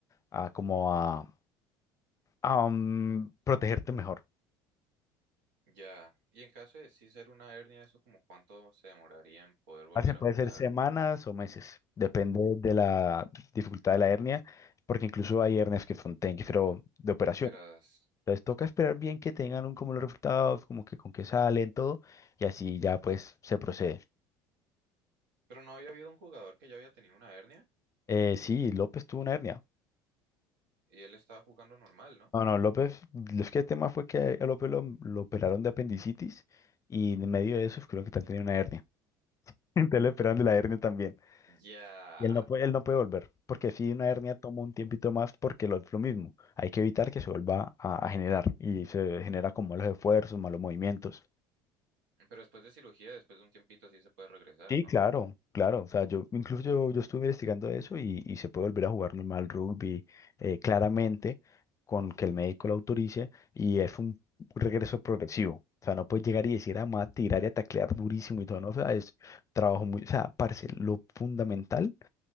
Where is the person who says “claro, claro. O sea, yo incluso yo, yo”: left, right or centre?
Left